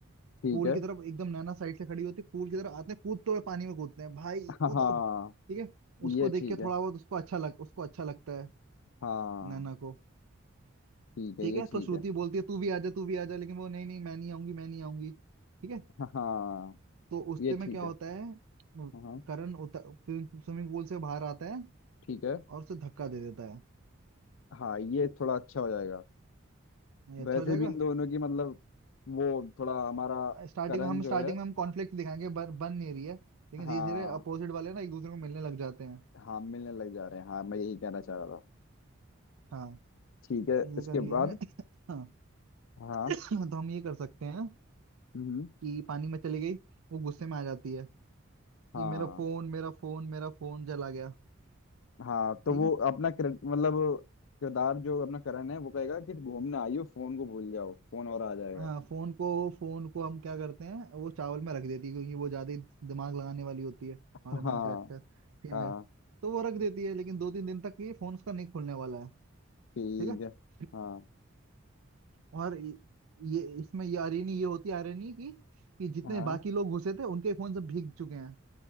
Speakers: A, on the left; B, on the right.
A: ठीक
B: पूल
A: है
B: की तरफ एकदम नैना साइड से खड़ी होती है पूल की तरफ आते हैं कूदते हुए पानी में कूदते हैं भाई
A: हाँ
B: कूदो ठीक है उसको
A: ये
B: देख
A: ठीक
B: के
A: है
B: थोड़ा बहुत उसको अच्छा लग उसको अच्छा लगता है
A: हाँ
B: नैना को
A: ठीक है
B: ठीक
A: ये
B: है
A: ठीक
B: तो श्रुति
A: है
B: बोलती है तू भी आजा तू भी आजा लेकिन वो नहीं नहीं मैं नहीं आऊंगी मैं नहीं आऊंगी ठीक है
A: हाँ
B: तो उस
A: ये
B: में
A: ठीक
B: क्या होता
A: है
B: है
A: हाँ हाँ,
B: करण उतर स्विमिंग पूल से बाहर आता है
A: ठीक है
B: और उसे धक्का दे देता है
A: हाँ ये थोड़ा अच्छा हो जाएगा
B: नहीं अच्छा
A: वैसे
B: हो जाएगा
A: भी इन दोनों की मतलब वो थोड़ा हमारा
B: स्टार्टिंग
A: करण
B: में हम
A: जो
B: स्टार्टिंग
A: है
B: में हम कॉन्फ्लिक्ट दिखाएंगे बन बन नहीं रही है लेकिन
A: हाँ
B: धीरे धीरे अपोजिट वाले ना एक दूसरे को मिलने लग जाते हैं
A: हाँ मिलने लग जा रहे हैं हाँ मैं यही कहना चाह रहा था
B: हाँ
A: ठीक है
B: तो ये
A: इसके
B: कर लिए
A: बाद
B: गए। हाँ
A: हाँ
B: तो हम ये कर सकते हैं
A: हम्म
B: कि पानी में चली गई वो गुस्से में आ जाती है कि
A: हाँ
B: मेरा फोन मेरा फोन मेरा फोन जला गया
A: हाँ तो
B: ठीक
A: वो
B: है
A: अपना किर- मतलब किरदार जो अपना करण है वो कहेगा कि घूमने आई हो फोन को भूल जाओ फोन और आ जाएगा
B: हाँ फोन को फोन को हम क्या करते हैं वो चावल में रख देती है क्योंकि वो ज्यादा ही दिमाग लगाने वाली होती है हमारा
A: हाँ
B: मेन कैरेक्टर फीमेल
A: हाँ
B: तो वो रख देती है लेकिन दो तीन दिन तक ये फोन उसका नहीं खुलने वाला है
A: ठीक
B: ठीक है
A: है हाँ
B: और ये ये- इसमें ये आयरनी ये होती है आयरनी की कि जितने
A: हाँ
B: बाकी लोग घुसे थे उनके फोन सब भीग चुके हैं